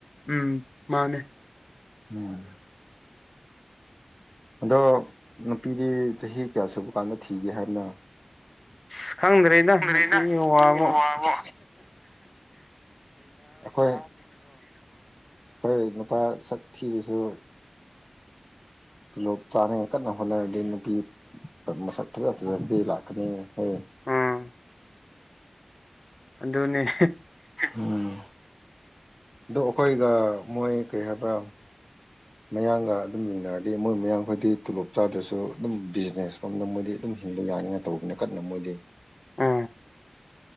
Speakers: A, on the left; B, in the centre.
A: ꯎꯝ ꯃꯥꯅꯦ
B: ꯎꯝ ꯑꯗꯣ ꯅꯨꯄꯤꯗꯤ ꯆꯍꯤ ꯀꯌꯥ ꯁꯨꯕ ꯀꯥꯟꯗ ꯊꯤꯒꯦ ꯍꯥꯏꯕꯅꯣ
A: ꯑ ꯈꯪꯗ꯭ꯔꯦꯗ
B: ꯈꯪꯗ꯭ꯔꯦꯗ
A: ꯅꯨꯄꯤꯒꯤ
B: ꯅꯨꯄꯤ
A: ꯋꯥꯕꯣ
B: ꯋꯥꯕꯨ ꯑꯩꯈꯣꯏ ꯍꯣꯏ ꯅꯨꯄꯥ ꯁꯛ ꯊꯤꯔꯁꯨ
A: <inaudible>
B: ꯇꯂꯣꯞ ꯆꯥꯅꯉ ꯀꯟꯅ ꯍꯣꯠꯅꯔꯗꯤ ꯅꯨꯄꯤ ꯃꯁꯛ ꯐꯖ ꯐꯖꯔꯗꯤ ꯂꯥꯛꯀꯅꯤꯍꯦ
A: ꯎꯝ ꯑꯗꯨꯗꯣꯅꯦ
B: ꯎꯝ ꯑꯣ ꯑꯩꯈꯣꯏꯒ ꯃꯣꯏ ꯀꯩ ꯍꯥꯏꯕ꯭ꯔꯥ ꯃꯌꯥꯡꯒ ꯑꯗꯨꯝ ꯌꯦꯡꯅꯔꯗꯤ ꯃꯣꯏ ꯃꯌꯥꯌꯥꯝꯈꯣꯏꯗꯤ ꯇꯣꯂꯣꯞ ꯆꯥꯗ꯭ꯔꯁꯨ ꯑꯗꯨꯝ ꯕꯤꯖꯤꯅꯦꯁ ꯐꯝꯗ ꯃꯣꯏꯗꯤ ꯑꯗꯨꯝ ꯑꯗꯨꯨꯝ ꯍꯤꯡꯕ ꯌꯥꯅꯤꯉ ꯇꯧꯕꯅꯤꯅ ꯀꯟꯅ ꯃꯣꯏꯗꯤ
A: ꯑ